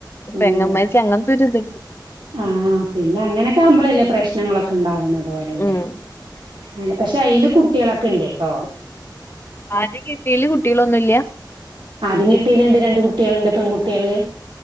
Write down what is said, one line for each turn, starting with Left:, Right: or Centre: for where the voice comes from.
Right: ഉം
Left: പെങ്ങന്മാർക്ക് അങ്ങനത്തെ ഒരിതുണ്ട്
Right: ആഹ് പിന്നെ അങ്ങനൊക്കെ ആവ്മ്പാളല്ലേ പ്രശ്നങ്ങളൊക്കെ ഇണ്ടാവണത് ഓര് അവടെ
Left: ഉം
Right: <unintelligible> പശേ അയില് കുട്ടികളൊക്കെ ഒണ്ടട്ടോ
Left: ആദ്യ കേട്ടീല് കുട്ടികളൊന്നും ഇല്ല്യാ
Right: ആദ്യം കെട്ടേല് ഇണ്ട് രണ്ട് കുട്ടിള്ണ്ട് പെൺകുട്ടികള്